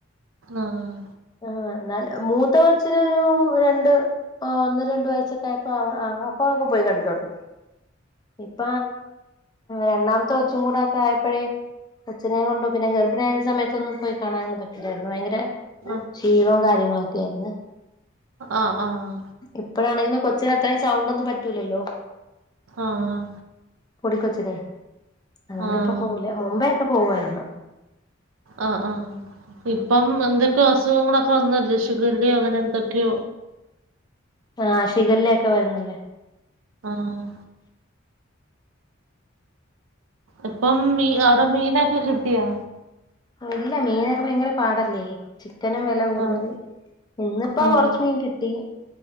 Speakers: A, on the right; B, on the left.
A: ആഹ്
B: ആന്നാല് മൂത്ത ഒച്ചിന് ഒരു രണ്ട് ഓ ഒന്നര രണ്ട് വയസ്സൊക്കെ ആയപ്പോ അ ആ അപ്പഴൊക്കെ പോയി കണ്ടിട്ടുണ്ട്. ഇപ്പ രണ്ടാമത്തൊ ച്ചും കൂടെ അക്കെ ആയപ്പഴേ കൊച്ചിനെ കൊണ്ടും പിന്നെ ഗർഭിണിയായ സമയത്തൊന്നും പോയി കാണാനന്നും പറ്റുല്ലായിരുന്നു ഭയങ്കര
A: ആഹ്
B: ക്ഷീണവും കാര്യങ്ങളൊക് ക്കെ ആര്ന്ന്
A: ആഹ് ആഹ്
B: ഇപ്പഴാണേല് കൊ ച്ച്ന് അത്രെയ്സാഉമ്പൊന്നും പറ്റൂലല്ലോ
A: ആഹ്
B: പൊടിക്കൊച്ചിനേ അതുകൊണ്ട്
A: ആഹ്
B: ഇപ്പൊ പോവൂല മുമ്പേ ക്കെ പോവുആയിര്ന്നു
A: ആ ആ ഇപ്പം എന്തൊക്കോ അസുഖങ്ങളൊക്കെ വന്നല്ലേ ശിഖല്ലയോ അങ്ങനെ എന്തൊക്കെയോ
B: ആ ശിഖല്ലയോക്കെ വരുന്നല്ലേ
A: ആഹ് ഇപ്പം മീ അവ്ടെ മീനൊക്കെ കിട്ടിയോ?
B: ഇല്ല മീനൊക്കെ ഭയങ്കര പാടല്ലേ ക്കനും വെല കൂടുതല്
A: ആഹ്
B: ഇന്നിപ്പോ
A: ആഹ്
B: കൊറച്ച് മീൻ കിട്ടി